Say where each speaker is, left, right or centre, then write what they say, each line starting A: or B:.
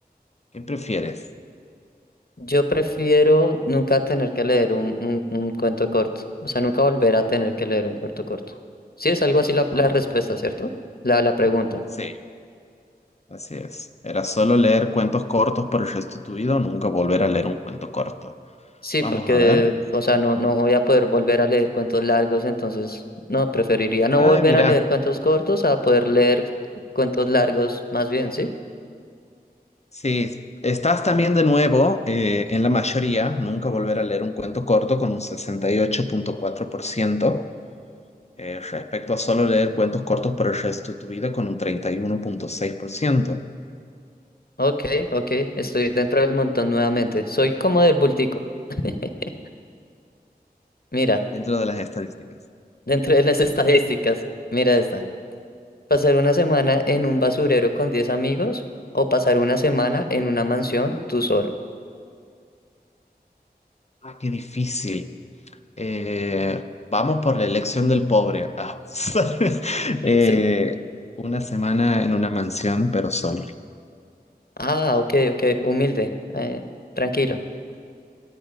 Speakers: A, on the left; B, on the left.
A: ¿Qué prefieres?
B: Yo prefiero nunca tener que leer un, un, un cuento corto. O sea, nunca volver a tener que leer un cuento corto. Sí, es algo así la, la
A: Ah,
B: respuesta, ¿cierto? La, la pregunta.
A: sí, así es. Era solo leer cuentos cortos por el resto de tu vida o nunca volver a leer un cuento corto.
B: Sí,
A: Vamos
B: porque,
A: a ver.
B: o sea, no, no voy a poder volver a leer cuentos largos, entonces, no, preferiría no
A: Ay,
B: volver
A: mira.
B: a leer cuentos cortos a poder leer cuentos largos, más bien, ¿sí?
A: Sí, estás también de nuevo eh, en la mayoría, nunca volver a leer un cuento corto con un 68.4%, eh, respecto a solo leer cuentos cortos por el resto de tu vida con un treinta y uno punto seis por ciento
B: Ok, ok, estoy dentro del montón nuevamente. Soy como del bultico. <laughs> Mira,
A: dentro de las estadísticas.
B: dentro de las estadísticas, mira esta. Pasar una semana en un basurero con 10 amigos o pasar una semana en una mansión tú solo.
A: Ah, qué difícil. Eh, vamos por la elección del pobre. Ah, <laughs> ¿sabes? Eh,
B: Sí.
A: una semana en una mansión, pero solo.
B: Ah, ok, ok, humilde, eh, tranquilo.